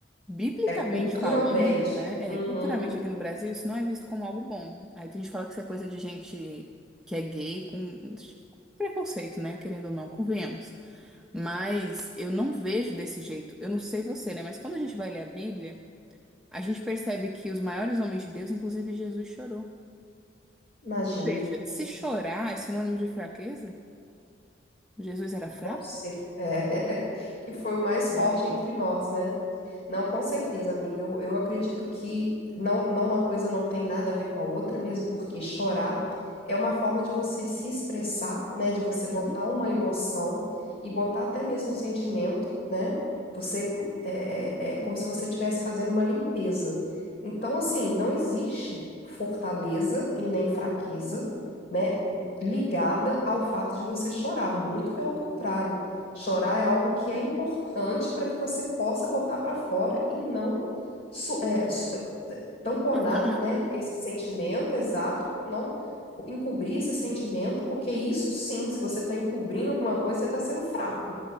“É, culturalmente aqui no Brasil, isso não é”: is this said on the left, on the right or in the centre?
Centre